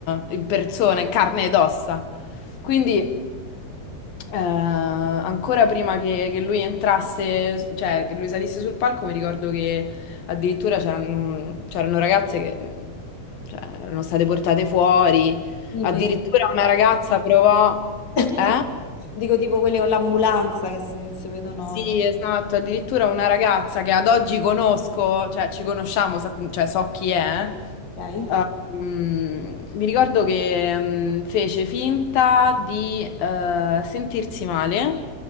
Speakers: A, on the left; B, on the left.
A: eh, in persona, in carne ed ossa. Quindi... Eh, ancora prima che, che lui entrasse, cioè che lui salisse sul palco, mi ricordo che addirittura c'erano c'erano ragazze che cioè, erano state portate fuori.
B: Sì,
A: Addirittura
B: ve-
A: una ragazza provò,
B: <laughs>
A: eh?
B: Dico tipo quelli con l'ambulanza che si, si vedono.
A: Sì, esatto. Addirittura una ragazza che ad oggi conosco, cioè ci conosciamo, sap- cioè so chi è. eh?
B: Ok?
A: Mm, mi ricordo che mm, fece finta di eh, sentirsi male,